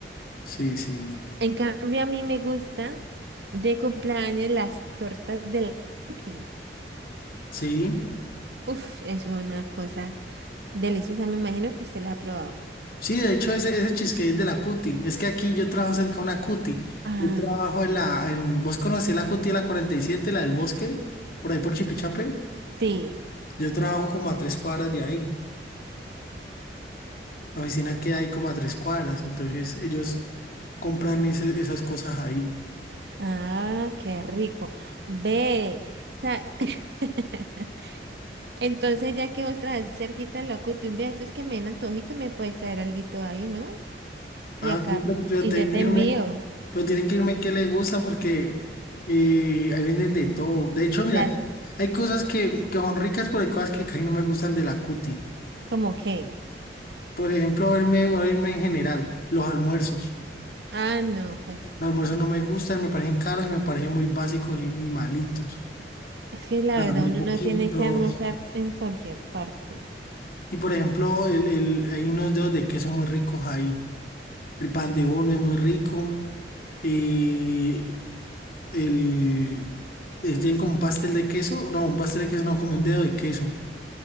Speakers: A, on the left (about 55°); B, on the right (about 70°).
A: Sí, sí.
B: En cambio, a mí me gusta de cumpleaños las tortas de la Tutti.
A: Sí.
B: Uf, eso es una cosa deliciosa. Me imagino que usted la ha probado.
A: Sí, de hecho, ese, ese cheesecake es de la Cuti. Es que aquí yo trabajo cerca de una Cuti.
B: Ah,
A: Yo trabajo en la. En, ¿vos conocés la Cuti de la cuarenta y siete la del bosque? Por ahí por Chipichape.
B: sí.
A: Yo trabajo como a tres cuadras de ahí. La oficina queda ahí como a tres cuadras. Entonces, ellos compran ese- esas cosas ahí.
B: Ah, qué rico. Ve. O sea, <laughs> entonces ya que vos traes cerquita el locuto, un día de esos que me den antojito, me puedes traer alguito ahí, ¿no?
A: Ah,
B: Y acá,
A: sí, pero, pero
B: y
A: tiene
B: yo te
A: que irme,
B: envío.
A: pero tiene que irme que le gusta porque eh, ahí venden de todo. De hecho, mira,
B: La,
A: que hay cosas que, que son ricas, pero hay cosas que casi no me gustan de la cuti.
B: ¿cómo qué?
A: Por ejemplo, verme, o irme en general, los almuerzos.
B: Ah, no, pues,
A: Los almuerzos no me gustan, me parecen caros y me parecen muy básicos y, y malitos.
B: es que la
A: Nada,
B: verdad
A: muy
B: uno
A: poquitos.
B: no tiene que almorzar en cualquier parte.
A: Y por ejemplo, el, el, hay unos dedos de queso muy ricos ahí. El pan de bono es muy rico. Eh, El, eh, tienen como un pastel de queso, no, un pastel de queso, no, como un dedo de queso,